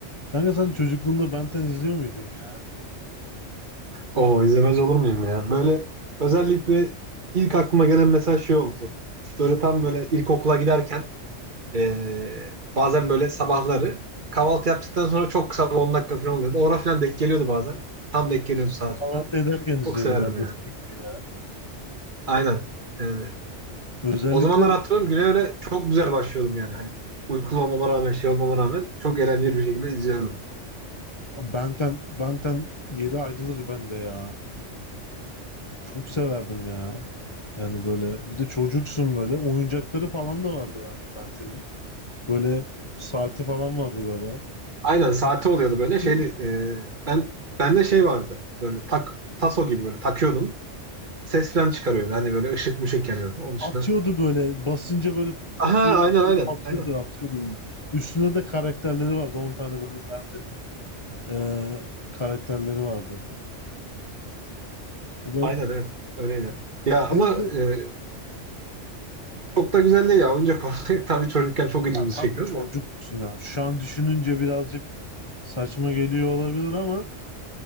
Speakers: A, on the left; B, on the right.
A: Kanka sen çocukluğunda Benten izliyor muydun ya?
B: Oo izlemez olur muyum ya? Böyle özellikle ilk aklıma gelen mesela şey oldu. Böyle tam böyle ilkokula giderken eee, bazen böyle sabahları kahvaltı yaptıktan sonra çok kısa 10 dakika falan oluyordu. Orada falan denk geliyordu bazen. Tam denk geliyordu saat
A: Kahvaltı
B: falan.
A: ederken izliyordum
B: Çok severdim
A: ben de
B: yani.
A: senin gibi ya.
B: Aynen. Yani
A: Özellikle
B: o zamanlar hatırlıyorum güne öyle çok güzel başlıyordum yani. Hani uykulu olmama rağmen şey olmama rağmen çok eğlenceli bir şekilde izliyordum.
A: Benten, Benten yeri ayrılır bende ya. Çok severdim ya. Yani böyle bir de çocuksun böyle. Oyuncakları falan da vardı bende Benten'in. Böyle saati falan vardı böyle.
B: Aynen saati oluyordu
A: Hatırlıyor
B: böyle şeyli.
A: musun?
B: eee ben bende şey vardı. Böyle tak taso gibi böyle takıyordum. Ses falan çıkarıyor, Hani böyle ışık mışık yanıyor Onun dışında.
A: Atıyordu böyle basınca böyle
B: Aha
A: tavsuyu
B: aynen
A: atıyordu,
B: aynen.
A: atıyordu
B: Aynen.
A: atıyordu böyle. Üstünde de karakterleri vardı. on tane böyle Benten'in eee, karakterleri vardı. E böyle
B: Aynen evet. Öyleydi. Ya
A: En
B: ama
A: se-
B: e, çok da güzel değil ya. Oyuncak olarak <laughs> tabii çocukken çok ilgimizi
A: Ya tabii
B: çekiyor.
A: çocuksun
B: da.
A: ya. Şu an düşününce birazcık saçma geliyor olabilir ama